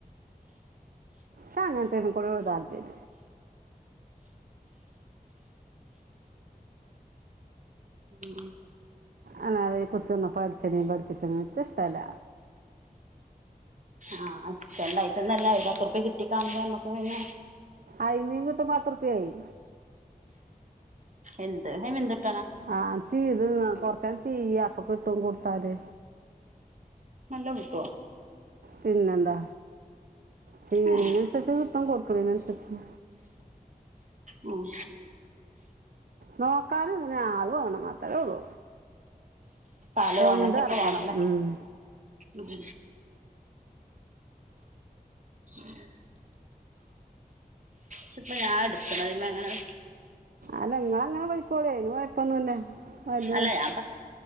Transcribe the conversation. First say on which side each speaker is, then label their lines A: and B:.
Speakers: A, on the right; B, on the right.
A: സാ അങ്ങനത്തെ <unintelligible> താല്പര്യം
B: ഉം
A: അന്നാഥെ കുത്തുന്ന പഠിച്ചണേം പഠിപ്പിച്ചണേം എനിച്ചിഷ്ടല്ല
B: ആഹ് ഇഷ്ടണ്ടായിട്ടന്നല്ല ഒരു പത്ത്റുപ്യ കിട്ടി കാണുമ്പോ നമ്മുക്ക് പിന്നെ
A: അയിമീൻ കിട്ടും പത്ത് റുപ്യായി
B: എന്ത്‌ <unintelligible>
A: ആഹ് ചീതിന്ന കൊറച്ചാള് ചിയ്യാ അപ്പൊ കിട്ടും കൊടുത്താല്
B: നല്ല കിട്ടുവോ
A: പിന്നെന്താ ചീളീനനുസരിച്ച്
B: ഏഹ്
A: കിട്ടും കൊടുക്കണേനനുസരിച്ച്
B: ഉം
A: നോക്കാനെന്നു പറഞ്ഞ ആള് വേണം അത്രേ ഉള്ളൂ
B: സ്ഥലോ
A: കൊണ്ട്
B: അങ്ങനത്തൊക്കെ
A: നടക്കണം
B: വേണല്ലേ
A: ഉം
B: ഉം ഉം ഷിപ്പ ഞാൻ എടുക്കണതിമ്മെ എങ്ങനത്
A: അല്ല ഇങ്ങളങ്ങനെ പൊയ്ക്കോളി അയ്ന് കൊഴപ്പൊന്നുല്ല അലേ
B: അല്ല ഞാൻ